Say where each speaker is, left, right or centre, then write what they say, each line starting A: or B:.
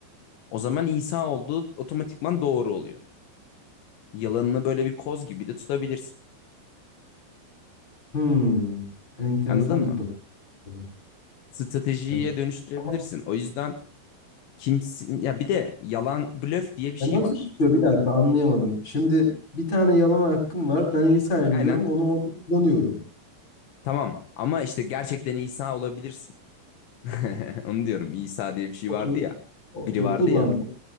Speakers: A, on the left; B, on the left.
A: O zaman İsa olduğu otomatikman doğru oluyor. Yalanını böyle bir koz gibi de tutabilirsin.
B: Hmm. Enteresan
A: Anladın mı?
B: bir bakış. açısı.
A: Stratejiye
B: Ya,
A: dönüştürebilirsin.
B: ama
A: O yüzden kimsin ya bir de yalan blöf diye bir şey
B: ya nasıl
A: var.
B: tutuyor? Bir dakika anlayamadım. Şimdi bir tane yalan hakkım var. Ben İsa'yım
A: Aynen.
B: diyorum. Onu orada kullanıyorum.
A: Tamam ama işte gerçekten İsa olabilirsin. <laughs> Onu diyorum. İsa diye bir şey
B: Okey.
A: vardı ya.
B: Okey.
A: Biri vardı
B: Kullandım.
A: ya.